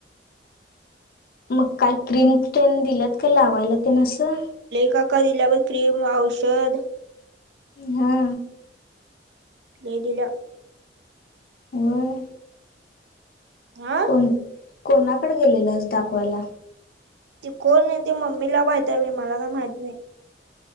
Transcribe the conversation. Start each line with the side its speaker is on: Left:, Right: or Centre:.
Left: मग काय क्रीम त्यानी दिल्यात का लावायला त्यान असं.
Right: काका दिल्या आप क्रीम औषध
Left: हा.
Right: लई दिल.
Left: वय.
Right: हा
Left: कोण कोणाकडे गेलेलंस दाखवायला?
Right: ते कोण आहे ती मम्मीला माहित आहे बाई मला काय माहित नाही.